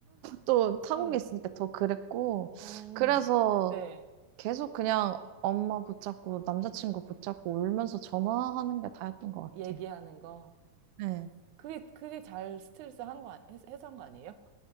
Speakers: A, on the right; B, on the right.
A: 또 타국에
B: 응.
A: 있으니까 더 그랬고,
B: 어,
A: 그래서
B: 네.
A: 계속 그냥 엄마 붙잡고 남자친구 붙잡고 울면서 전화하는 게 다였던 것
B: 얘기하는
A: 같아요.
B: 거.
A: 네.
B: 그게, 그게 잘 스트레스 한 거, 아- 해소- 해소한 거 아니에요?